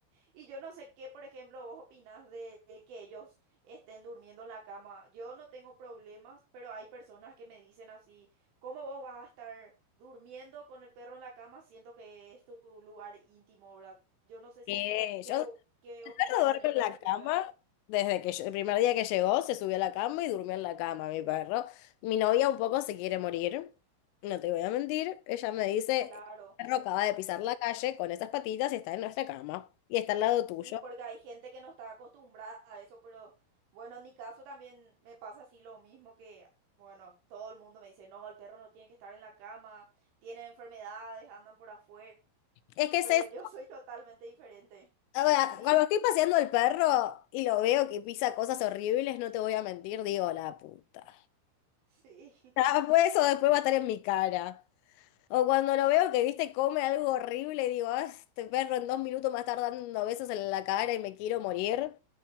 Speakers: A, on the right; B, on the left.
A: Y yo no sé qué, por ejemplo, vos opinás de, de que ellos estén durmiendo en la cama. Yo no tengo problemas, pero hay personas que me dicen así, ¿cómo vos vas a estar durmiendo con el perro en la cama siendo que es tu lugar íntimo, ¿verdad? Yo no sé si,
B: Que
A: ¿qué,
B: yo
A: vo- qué opinión
B: perro duerme
A: tenés
B: en
A: con
B: la
A: respecto
B: cama
A: a eso?
B: desde que ll- el primer día que llegó, se subió a la cama y durmió en la cama, mi perro. Mi novia un poco se quiere morir, no te voy a mentir. Ella me dice,
A: Claro.
B: el perro acaba de pisar la calle con esas patitas y está en nuestra cama y está al lado tuyo.
A: Sí, porque hay gente que no está acostumbrada a eso, pero bueno, en mi caso también me pasa así lo mismo que, bueno, todo el mundo me dice, no, el perro no tiene que estar en la cama, tiene enfermedades, andan por afuera,
B: Es que es
A: pero
B: eso.
A: yo <laughs> soy totalmente diferente.
B: O sea,
A: Sí,
B: cuando estoy paseando al perro y lo veo que pisa cosas horribles, no te voy a mentir, digo, la puta.
A: sí, <laughs>
B: Ah, pues eso después va a estar en mi cara. O cuando lo veo que, viste, come algo horrible y digo, ah, este perro en dos minutos me va a estar dando besos en la cara y me quiero morir.